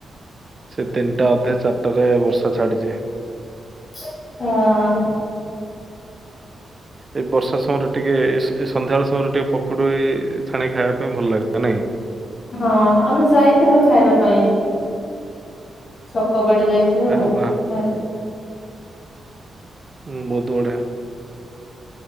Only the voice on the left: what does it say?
ହଁ।
ହଁ ଆମେ ଯାଇଥିଲୁ ଖାଇବା ପାଇଁ। ଛକ ବାଡି ଯାଇଥିଲୁ
ଆ